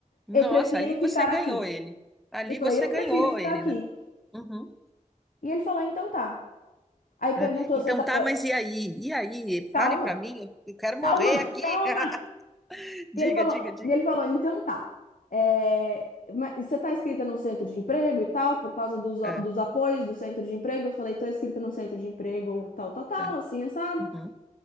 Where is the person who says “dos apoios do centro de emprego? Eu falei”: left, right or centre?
Left